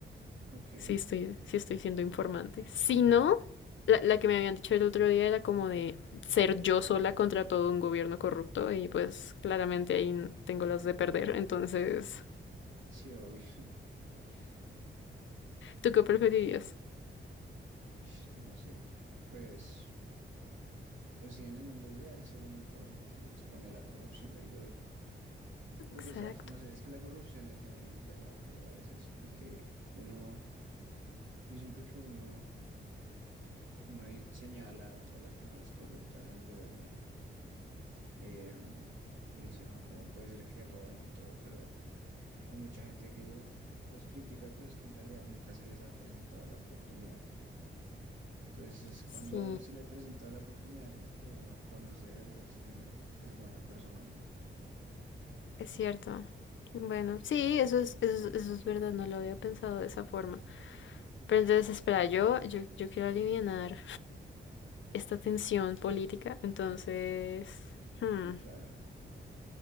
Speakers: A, on the right; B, on the left.
A: Ok,
B: Sí estoy, sí estoy siendo informante. Si no, la, la que me habían dicho el otro día era como de ser yo sola contra todo un gobierno corrupto y pues claramente ahí n- tengo las de perder. Entonces,
A: sí, obvio. <laughs>
B: ¿tú qué preferirías?
A: Ok, Ish, no sé. Pues, pues sí, en el mundo ideal ser un informante que expone la corrupción del gobierno. Pero
B: Exacto.
A: pues, ay, no sé, es que la corrupción es muy relativa a veces porque uno, yo siento que uno, uno ahí señala a todas las personas corruptas en el gobierno em, y dice, no, ¿cómo puede ser que roben y todo? Pero... Hay mucha gente que los critica, pero es que en realidad nunca se les ha presentado la oportunidad. Entonces es cuando
B: Sí,
A: se le presenta la oportunidad a alguien que uno conoce, de ¿verdad? Si es buena persona o no.
B: es cierto. Bueno, sí, eso es, eso, es- eso es verdad, no lo había pensado de esa forma. Pero entonces, espera, yo, yo, yo quiero alivianar esta tensión política. Entonces, hmm,
A: Mm, Claro.